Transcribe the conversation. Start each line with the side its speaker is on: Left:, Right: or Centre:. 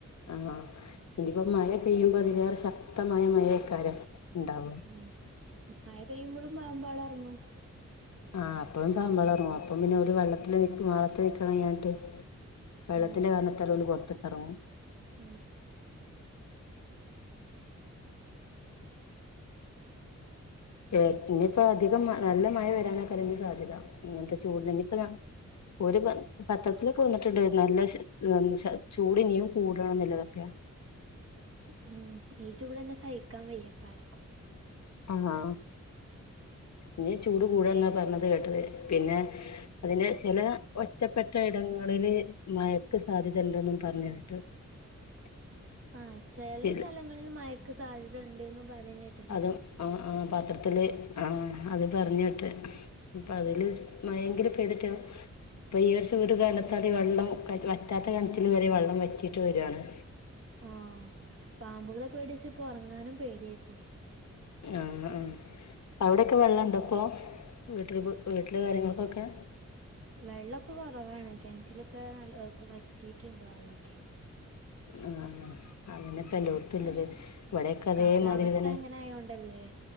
Left: ആഹ് ആഹ് ഇനിപ്പോ മഴ പെയ്യുമ്പോ അതിലേറെ ശക്തമായ മഴയക്കാരം ഉണ്ടാവ
Right: ഉം മായ പെയ്യുമ്പോഴും പാമ്പൾ അറങ്ങും.
Left: ആ് അപ്പോഴും പാമ്പളർന്നു അപ്പം പിന്നെ ഒരു വെള്ളത്തി വളത്തിൽനിക്കാൻ കഴിയാണിട്ട് വെള്ളത്തിന്റെ
Right: ഉം
Left: കാരണത്തൽ ഓല് പൊറത്ത കറങ്ങും
Right: <inaudible>
Left: ഏ ഇനിയിപ്പോ അധികം നല്ല മഴ വരാന ആക്കനി സാധ്യത ഇങ്ങനത്തെ ചൂട് ഇനിയിപ്പോ. ഒരു പ പത്രത്തിലൊക്കെ വന്നിട്ടുണ്ട് നല്ല <unintelligible> ചൂട് ഇനിയും കൂടണം എന്നില്ലതപ്പ്യ.
Right: ഉം ഈ ചൂട്ന്നെ സഹിക്കാൻ വയ്യപ്പ ആരിക്കും
Left: ആഹ് ഇനി ചൂട് കൂടന്നാ പറഞ്ഞത് കേട്ടത് പിന്നെ. അതിന്റെ ചില ഒറ്റപ്പെട്ട ഇടങ്ങളില് മയക്ക് സാധ്യത ഇണ്ട്ന്നും പറഞ്ഞുട്ട്. <inaudible>
Right: ആഹ് ചെല
Left: ചില
Right: സ്ഥലങ്ങളിൽ മയക്ക് സാധ്യത ഇണ്ട്ന്ന് പറയുന്നട്ട്.
Left: അതും ആഹ് ആഹ് പാത്രത്തില്. ആഹ് അത് പറഞ്ഞോട്ട് ഇപ്പ അതില് മയെങ്കിലും പെയ്തിട്ട. ഇപ്പൊ ഈ വർശം ഒരു കാലത്ത് അതി വെള്ളം പറ്റാത്ത കനറ്റിൽ വരെ വെള്ളം വെറ്റിറ്റ് വരണ്.
Right: ആഹ് പാമ്പുകളെ പേടിച്ച് ഇപ്പോ ഒറങ്ങാനും പേടിയായി പോയി.
Left: ആഹ് ആഹ് അവിടെയൊക്കെ വള്ളണ്ടേ ഇപ്പോ വീട്ടിൽ വീട്ടിലെ കാര്യങ്ങൾക്കൊക്കെ.
Right: വെള്ളമൊക്കെ കൊറവാണ് കിണറ്റിലൊക്കെ നല്ല വറ്റിട്ടുണ്ട് വെള്ളൊക്കെ.
Left: ആഹ് അങ്ങനെപ്പ യെല്ലോർത്തുള്ളത് ഇവിടെക്കെ അതേ
Right: കാലാവസ്ഥ
Left: മതിരി തന്നെ
Right: അങ്ങനെ ആയോണ്ടല്ലേ